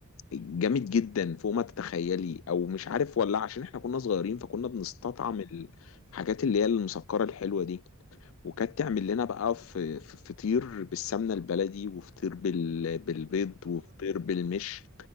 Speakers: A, on the left (about 65°); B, on the right (about 45°).
A: جامد جدا فوق ما تتخيلي او مش عارف ولا عشان احنا كنا صغيرين فكنا بنستطعم
B: <laughs> مم.
A: الحاجات اللي هي المسكرة الحلوة دي وكانت تعمل لنا بقى في في- فطير بالسمنة البلدي وفطير بال... بالبيض
B: الله
A: وفطير بالمش